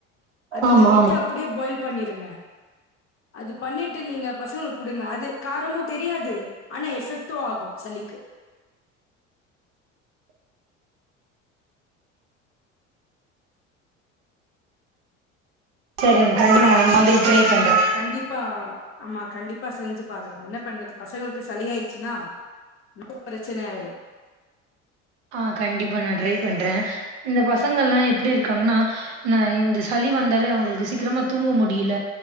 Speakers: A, on the left (about 35°); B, on the right (about 60°).
A: அதுல
B: ஆமா
A: விட்டு
B: ஆமா
A: அபடியே பாயில் பண்ணிருங்க அது பண்ணிட்டு நீங்க பசங்களுக்கு குடுங்க அது காரமு தெரியாது ஆனா எஃபெக்ட்டு ஆகு சளிக்கு
B: சரிங்க <inaudible> அது மாதிரி ட்ரை
A: ம்
B: பண்றே
A: கண்டிப்பா ஆமா கண்டிப்பா செஞ்சு பாருங்க என்ன பண்றது பசங்களுக்கு சளி ஆயிச்சுனா ரொம்போ பிரச்சன ஆயிரு
B: ஆ கண்டிப்பா நா ட்ரை பண்ற இந்த பசங்கல்லா எப்டி இருக்காங்கனா நா இந்த சளி வந்தாலே அவுங்களுக்கு சீக்கிரமா தூங்க முடில